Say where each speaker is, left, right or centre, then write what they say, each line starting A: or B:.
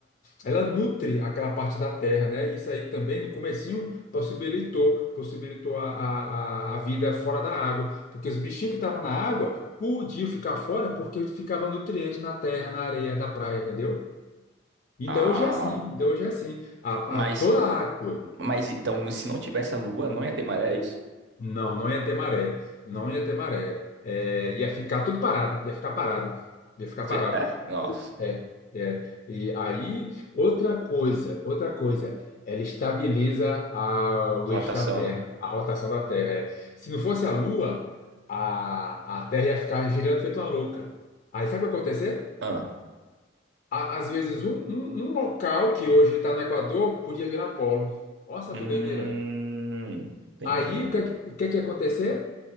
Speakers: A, on the left; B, on the right.
A: ela nutre aquela parte da terra, né? E Isso aí também no comecinho possibilitou, possibilitou a, a, a a vida fora da água, porque os bichinhos que estavam na água podiam ficar fora porque ficava nutriente na terra, na areia da praia, entendeu? Ainda
B: Ah,
A: hoje é assim, ainda hoje é assim. A,
B: mas,
A: a, toda a área,
B: mas então, se não tivesse a Lua, não ia ter maré, é isso?
A: Não, não ia ter maré. Não ia ter maré. É, ia ficar tudo parado. Ia ficar parado. Ia ficar
B: Se-
A: parado.
B: É? Nossa.
A: O- É, é. E aí, outra coisa, outra coisa. Ela estabiliza a- o
B: Rotação,
A: eixo da Terra,
B: né?
A: a rotação da Terra. é. Se não fosse a Lua, a, a Terra ia ficar girando feito uma louca. Aí sabe o que ia acontecer?
B: Ah.
A: A- Às vezes, um, um um local que hoje está no Equador podia virar polo. Olha só
B: Hum,
A: que doideira.
B: entendi.
A: Aí, o que, é que- o que é que ia acontecer?